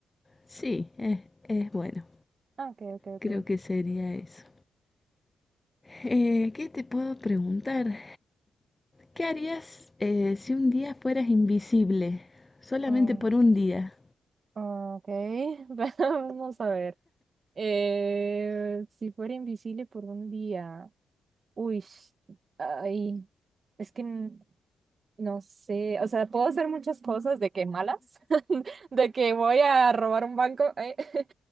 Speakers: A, on the left; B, on the right.
A: Sí, es, es bueno.
B: Ah, ok, ok, ok.
A: Creo que sería eso. Eh, ¿qué te puedo preguntar? ¿Qué harías eh, si un día fueras invisible? Solamente
B: Oh,
A: por un día.
B: ok. <laughs> Vamos a ver. Eh, si fuera invisible por un día, uy, ay, es que n- no sé, o sea, puedo hacer muchas cosas de que malas, <laughs> de que voy a robar un banco, eh, <laughs>